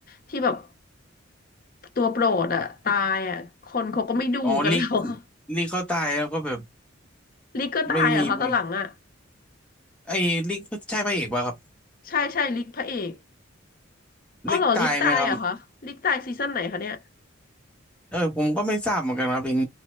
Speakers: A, on the left; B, in the centre.
A: ที่แบบตัวโปรดอะตายอะคนเขาก็ไม่ดูกันแล้วอะ
B: อ๋อลิกลิกเขาตายแล้วก็แบบ
A: <laughs> ลิกก็ตายเหรอคะตอนหลังอะ
B: ไม่มีเว้ยไอ้ลิกใช่พระเอกป่ะครับ
A: ใช่ใช่ลิกพระเอกอ๋อเหรอลิกตายเหรอคะลิกตายซีซั่นไหนคะเนี่ย
B: ลิกตายไหมครับเออผมก็ไม่ทราบเหมือนกันครับเห็น